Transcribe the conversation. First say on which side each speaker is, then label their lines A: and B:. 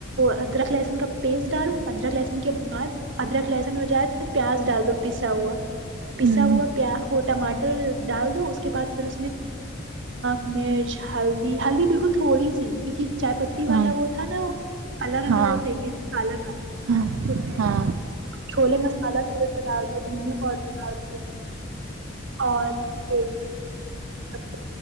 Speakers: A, on the right (about 65°); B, on the right (about 85°).
A: ادرک لہسن کا پیسٹ ڈال ادرک لسن کے بعد ادرک لسن ہو جائے تو پیاز ڈال دو ان اردو پیسا ہوا ان اردو پیچان
B: ہ
A: ہوا پیال اور ٹماٹر ان اردو پھر ڈال دو اس کے بعد۔ یا مختصر طور پر ہلدی، بالکل تھوڑی سی آپ
B: ہ ہاں
A: کے جملے کو
B: ہاں
A: اردو میں
B: ہاں
A: یوں
B: ہاں
A: لکھا جا سکتا ہے کا ہندی ترجمہ <unintelligible> <unintelligible>